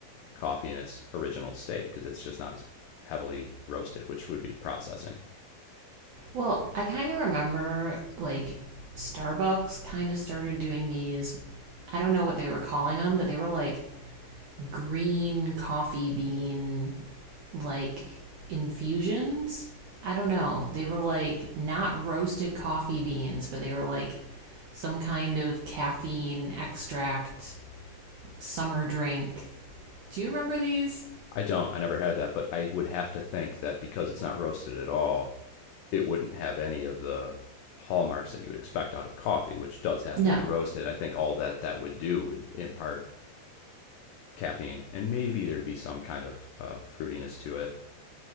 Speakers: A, on the left; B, on the right.
A: coffee in its original state because it's just not as heavily roasted, which would be processing.
B: Well, I kind of remember, like, Starbucks kind of started doing these. I don't know what they were calling them, but they were like green coffee bean like infusions. I don't know. They were like not roasted coffee beans, but they were like some kind of caffeine extract, summer drink. Do you remember these?
A: I don't. I never had that, but I would have to think that because it's not roasted at all, it wouldn't have any of the hallmarks that you would expect out of coffee, which does have
B: No.
A: to be roasted. I think all that that would do would impart caffeine, and maybe there'd be some kind of uh, fruitiness to it,